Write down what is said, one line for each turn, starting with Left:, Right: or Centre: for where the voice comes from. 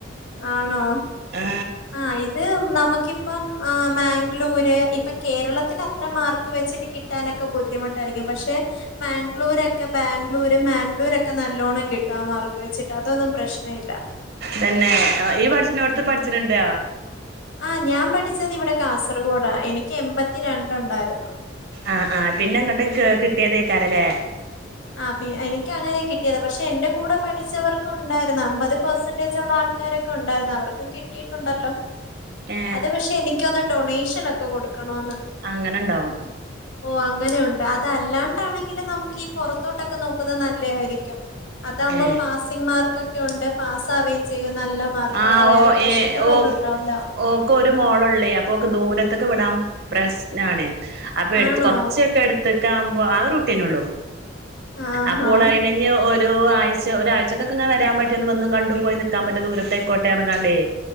Left: ആണോ
Right: ആ
Left: ആ ഇത് നമുക്കിപ്പം ആ മാംഗ്ലൂര് ഇപ്പൊ കേരളത്തിൽ അത്ര മാർക്ക് വെച്ചിട്ട് കിട്ടാനൊക്കെ ബുദ്ധിമുട്ടായിരിക്കും പക്ഷെ മാംഗ്ലൂരൊ ക്കെ ബാംഗ്ലൂര് മാംഗ്ലൂരൊക്കെ നല്ലോണം കിട്ടും ആ മാർക്ക് വെച്ചിട്ട് അതൊന്നും പ്രശ്ന ഇല്ല
Right: തന്നെ ഇയ്യ് പഠിച്ചിണോ ട്ത്ത് പഠിച്ച്ണ് ണ്ടോ
Left: ആ ഞാൻ പഠിച്ചത് ഇവിടെ കാസർഗോഡാ എനിക്ക് എമ്പത്തിരണ്ട് ഉണ്ടായിരുന്നു
Right: ആ ആ പിന്നെ അങ്ങട്ട് ക്കേ കിട്ടേതയ്ക്കാരല്ലേ
Left: ആ പി എനിക്ക് അങ്ങനെ കിട്ടിയത പക്ഷെ എന്റെ കൂടെ പഠിച്ചവർക്കും ഉണ്ടായിരുന്നു അമ്പത് പെർസെന്റേജ് ഉള്ള ആൾക്കാരൊക്കെണ്ടായിരുന്നു അവർക്കും കിട്ടിയിട്ടു ണ്ടല്ലോ
Right: ഏ
Left: അത് പക്ഷെ എനിക്കൊന്നു ഡൊണേഷൻ ഒക്കെ കൊടുക്കണോന്ന്
Right: അങ്ങനെ ഉണ്ടാവും
Left: ഓ അങ്ങനൊയു അതല്ലാണ്ടാണെങ്കിലും നമുക്ക് ഈ പുറത്തോട്ടൊക്കെ നോക്കുന്നത് നല്ലേയിരിക്കും അതാകുമ്പോ
Right: ഏഹ്
Left: പാസിങ് മാർക്ക് ഒക്കെ ഉണ്ട് പാസ് ആവേം ചെയ്യും നല്ല മാർക്കോടെ
Right: ആ
Left: വേറെ
Right: ഓ
Left: പ്രശ്നങ്ങളൊന്നും
Right: ഏ ഓ
Left: ഉണ്ടാവില്ല
Right: ഓക്ക് ഒരു മോളുള്ളേ അപ്പൊ ഓക്ക് ദൂര ത്തൊക്ക് വിടാൻ പ്രശ്നാണ് അപ്പൊ എടുത്ത്
Left: ആണോ
Right: കുറച്ചൊക്കെഎടുത്തേ എടുത്ത് ക്കാവുമ്പൊ ആകെ ഒരു കുട്ട്യന്നെ ഉള്ളൂ
Left: ആഹാ
Right: അപ്പൊ ഓൾ അയിനെ ഇഞ്ഞി ഒ ഒരോ ആഴ്ച ഒരാഴ്ച്ചക്കൊക്കെങ്ങനെ വരാൻ പറ്റി ഒന്ന് വന്നും കണ്ടും പോയി നിക്കാൻ പറ്റിയ ദൂരത്തയിക്കോട്ടെ ന്ന് പറഞ്ഞ്കാണ്ടെയ്